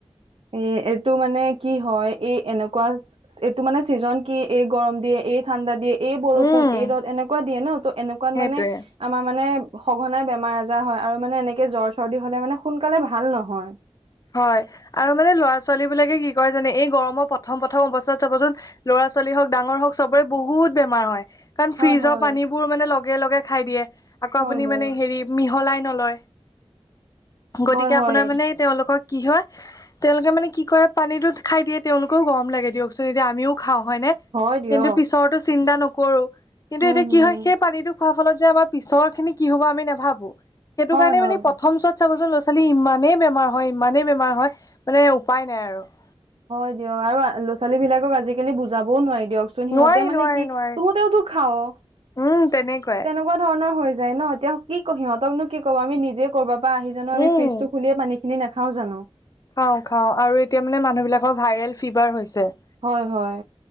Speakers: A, on the right; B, on the left.
A: এ এইটো মানে কি হয় এই এনেকুৱা <inaudible> এইটো মানে চিজন কি এই গৰম দিয়ে এই ঠাণ্ডা দিয়ে <inaudible> এই বৰষুণ,
B: উম
A: এই ৰ'দ এনেকুৱা দিয়ে ন। ত' এনেকুৱাত
B: সেইটোৱে
A: মানে <inaudible> আমাৰ মানে সঘনাই বেমাৰ আজাৰ হয় আৰু মানে এনেকে জ্বৰ, চৰ্দি হ'লে মানে সোনকালে ভাল নহয়। <inaudible>
B: হয়। আৰু মানে ল'ৰা-ছোৱালীবিলাকে কি কয় জানে এই গৰমৰ প্ৰথম-প্ৰথম অৱস্থাত চাব চোন <inaudible> লৰা-ছোৱালী হওক, ডাঙৰ হওক চবৰে বহুত বেমাৰ হয়। <inaudible> কাৰণ
A: হয়
B: ফ্ৰীজৰ
A: হয়
B: পানীবোৰ মানে লগে-লগে খাই দিয়ে। আকৌ
A: হয়
B: আপুনি
A: হয়
B: মানে হেৰি <inaudible> মিহলাই নলয়। গতিকে
A: হয় হয়
B: আপোনাৰ মানে তেওঁলোকৰ কি হয় <inaudible> তেওঁলোকে মানে কি কৰে পানীটো খাই দিয়ে। তেওঁলোকেও গৰম লাগে দিয়ক চোন এতিয়া আমিও খাওঁ হয় নে?
A: হয়
B: <inaudible>
A: দিয়ক
B: কিন্তু পিছৰতো চিন্তা নকৰোঁ। <inaudible> কিন্তু
A: উম
B: এতিয়া
A: হম
B: কি হয় সেই পানীটো খোৱাৰ ফলত যে আমাৰ পিছৰখিনি কি হ'ব আমি নাভাবোঁ। <inaudible> সেইটো
A: হয়
B: কাৰণে
A: হয়
B: মানে প্ৰথম চত চাব চোন ল'ৰা-ছোৱালীৰ ইমানেই বেমাৰ হয় ই <inaudible> ইমানেই বেমাৰ হয় মানে উপায় নাই আৰু। <inaudible>
A: হয় দিয়ক আৰু ল'ৰা-ছোৱালীবিলাকক আজিকালি বুজাবও নোৱাৰি দিয়ক <inaudible> <inaudible> সিহঁতে
B: নোৱাৰি
A: মানে
B: নোৱাৰি
A: কি
B: নোৱাৰি
A: তহঁতেও তো খাৱ। <inaudible>
B: উম! তেনেকুৱাই। <inaudible>
A: তেনেকুৱা ধৰণৰ হৈ যায় ন, এতিয়া কি সিহঁতকনো কি ক'ব আমি নিজে <inaudible> ক'ৰবাৰ পৰা আহি জানো আমি
B: উম।
A: ফ্ৰিজটো খুলিয়ে পানীখিনি নাখাওঁ জানো? <inaudible>
B: খাওঁ-খাওঁ আৰু এতিয়া মানে মানুহবিলাকৰ ভাইৰেল ফিভাৰ হৈছে। <inaudible>
A: হয় হয়।